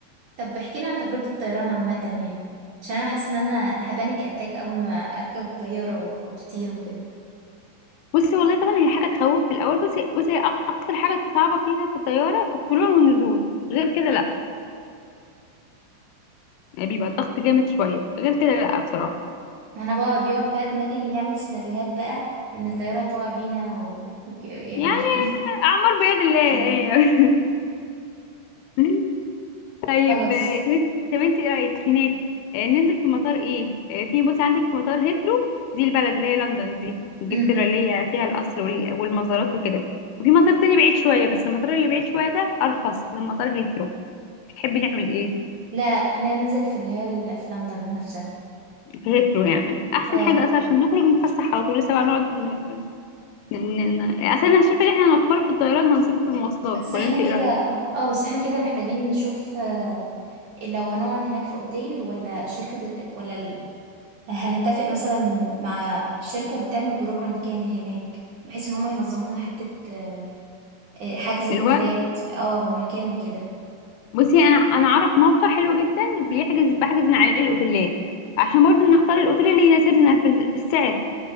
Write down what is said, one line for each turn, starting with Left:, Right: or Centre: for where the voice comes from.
Right: طب احكي لي عن تجربة الطيران عامة يعني عشان انا حاسة ان انا هبانك اتاك اول ما اركب الطيارة و- او تطير وكده
Left: بصي والله طبعا هي حاجه تخوف في الاول بس بصي هي أك- اكتر حاجه صعبه فيها في الطياره في الطلوع والنزول غير كده لا يعني بيبقى الضغط جامد شويه غير كده لا بصراحه
Right: ما انا بقى بيقعد بقى دماغي يعمل سيناريوهات بقى ان الطيارة هتقع بينا و... وك- يعني
Left: يعني
Right: <laughs>
Left: اعمار بيد الله
Right: مم.
Left: يعني <laughs> طيب
Right: خلاص
Left: آه، طب انت طب انت ايه رايك هناك آه، ننزل في مطار ايه آه، في بصي عندك في مطار هيثرو دي البلد اللي هي لندن دي انجلترا
Right: امم
Left: اللي هي فيها القصر وال- والمزارات وكده وفي مطار تاني بعيد شويه بس المطار اللي بعيد شويه ده ارخص من مطار هيثرو تحبي نعمل ايه
Right: لا لا خلينا ننزل في اللي هي ال- في لندن نفسها
Left: ريترو يعني احسن
Right: اه
Left: حاجه اصلا عشان نخرج نتفسح على طول لسه بقى نقعد ن... ن... ن... اصلا انا شايفه ان احنا هنوفر في الطيران هنصرف في المواصلات
Right: بس
Left: ولا
Right: احنا
Left: انت ايه
Right: كده
Left: رايك
Right: اه بس احنا كده محتاجين نشوف آه، لو هنقعد هناك في اوتيل ولا شركة ولا ال... هنتفق مثلا مع شركة بتعمل بروجرام كامل هناك بحيث ان هما ينظموا لنا حتة آه، آه، حجز الاوتيلات
Left: الوقت
Right: اه والمكان وكده
Left: بصي انا انا اعرف موقع حلو جدا بيحجز بحجز من عليه الاوتيلات عشان برضه نختار الاوتيل اللي يناسبنا في, ال... في السعر